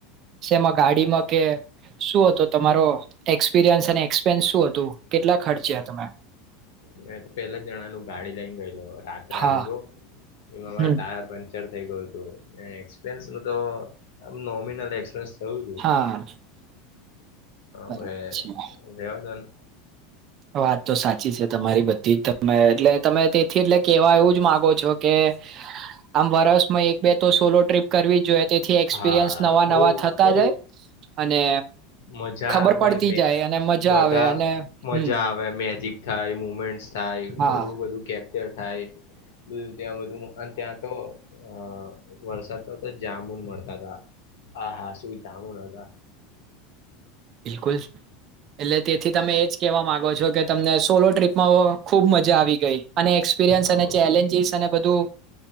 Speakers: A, on the right; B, on the left.
A: સેમ ગાડીમાં કે શું હતું તમારો. એક્સપિરિયન્સ અને એક્સપેન્સ શું હતું. કેટલા ખર્ચ્યા
B: મે ત
A: તમે
B: મે તો પહે જણાનું ગાડી લઈને ગયેલો રાત્રે
A: હા
B: આવ્યો. એમાં મારો
A: હમ
B: ટાયર પંક્ચર થઇ ગયો. એક્પરયસ ન તો આ નોમિનલ એક્સપિરયસ. એવુ
A: હા બરાબર
B: હવે
A: છે
B: દેવાદાન. <unintelligible>
A: વાત તો સાચી છે તમારી બધી, તમે એટલે તમે તેથી એટલે કેવા, એવું જ માગો છો કે આમ વર્ષમાં તો એક બે તો સોલો ટ્રીપ કરવી. જો, તેથી એક્સપિરિયન્સ
B: હા
A: નવા
B: બઉ
A: નવા થતા
B: બઉ
A: જાય અને
B: મજા
A: ખબર
B: આવે
A: પડતી
B: મે
A: જાય અને મજા
B: બધા
A: આવે, અને
B: મજા
A: હમ
B: આવે મી મેજિક થાય મુમેન્ટ. થાય
A: હા
B: બધું બધું કેમ? થાય બધું ત્યાં બધું ત્યાં તો અ વરસાદ તો તો જામુન મળે. દાદા. હા હા શું જામુન હતા.
A: બિલકુલ, એટલે તેથી તમે એ જ કહેવા માગો છો કે તમને સોલો ટ્રીપમાં હો. ખુબ મજા આવી ગઈ અને એક્સપિરિયન્સ
B: હઉ,
A: અને ચેલેન્જીસ અને બધું